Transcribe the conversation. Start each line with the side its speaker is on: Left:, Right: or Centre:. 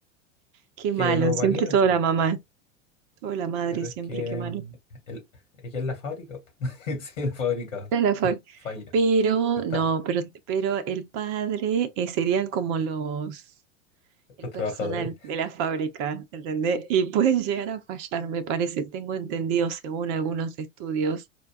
Right: qué
Left: que
Right: malo,
Left: lo
Right: siempre
Left: validen,
Right: toda
Left: po.
Right: la mamá, toda la madre,
Left: Pero
Right: siempre
Left: es que
Right: qué malo.
Left: el- ella es la fábrica, po. <laughs> Si la fábrica
Right: No es la fac.
Left: falla,
Right: Pero,
Left: está,
Right: no, pero, pero el padre eh, sería como los, el
Left: los
Right: personal
Left: trabajadores
Right: de la fábrica, ¿entendés? Y puede llegar a fallar, me parece. Tengo entendido, según algunos estudios